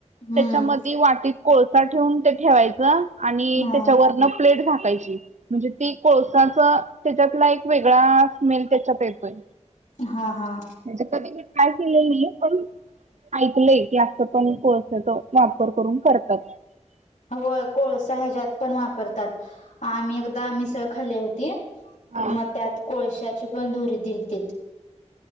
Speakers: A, on the left (about 85°); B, on the right (about 75°).
A: हम्म
B: त्याच्यामध्ये वाटीत कोळसा ठेवून ते ठेवायच. आणि
A: हा
B: त्याच्यावरन प्लेट झाकायची म्हणजे ती कोळसा त्याच्यातला एक वेगळा स्मेल त्याच्यात येतोय.
A: हा हा
B: म्हणे कधी मी ट्राय केलेली नाही पण ऐकलय की असं पण कोळशाचा वापर करून करतात.
A: व्हय, कोळसा ह्यज्यात पण वापरतात. आम्ही एकदा मिसळ खाल्ली होती.
B: हा
A: मग त्यात कोळशाची पण धुरी दिलतीत